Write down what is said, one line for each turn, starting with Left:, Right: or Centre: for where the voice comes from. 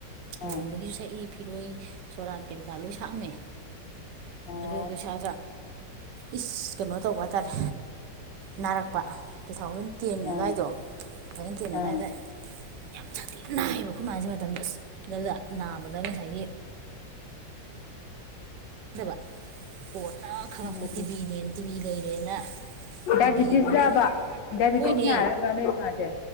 Right: ꯂꯨꯍꯣꯡꯕꯒꯤꯁꯨ
Left: ꯑꯥ
Right: ꯁꯛꯏ ꯐꯤꯔꯣꯏ ꯁꯣꯔꯥꯠ ꯀꯩꯀꯥ ꯂꯣꯏ ꯁꯥꯛꯑꯝꯃꯦ
Left: ꯑꯣ
Right: ꯑꯗꯨ ꯑꯗꯨ ꯁꯥ ꯏꯁ ꯀꯩꯅꯣ ꯇꯧꯕ ꯍꯥꯏ ꯇꯥꯔꯦ ꯅꯥꯔꯛꯄ ꯇꯨ ꯊꯥꯎꯖꯟ ꯇꯦꯟ ꯑꯗꯨꯋꯥꯏꯗꯣ
Left: ꯑꯥ
Right: ꯑꯗꯨꯅ ꯇꯦꯟ ꯑꯗꯨꯗꯥꯋꯥꯏꯗ
Left: ꯑꯥ
Right: ꯌꯥꯝ ꯁꯥꯊꯤꯅ ꯅꯥꯏꯌꯦꯕ ꯑꯩꯈꯣꯏ ꯃꯥꯁꯦ ꯃꯇꯝꯗꯨ ꯑꯗꯨꯗ ꯅꯥꯕꯗ ꯉꯁꯥꯏꯒꯤ ꯈꯪꯗꯕ ꯀꯣꯟꯅ ꯈꯪꯉꯛꯄ
Left: ꯎꯝ
Right: ꯇꯤꯚꯤꯅꯦꯅ ꯇꯤꯚꯤ ꯂꯩꯔꯦꯅ
Left: ꯗꯥꯏꯕꯤꯇꯤꯁꯕ
Right: ꯇꯤꯕꯤ ꯒꯨꯂꯤ
Left: ꯗꯥꯏꯕꯤꯇꯤꯁꯅ
Right: ꯍꯣꯏꯅꯦ
Left: ꯍꯥꯏꯔꯕ ꯅꯣꯏ ꯃꯥꯁꯦ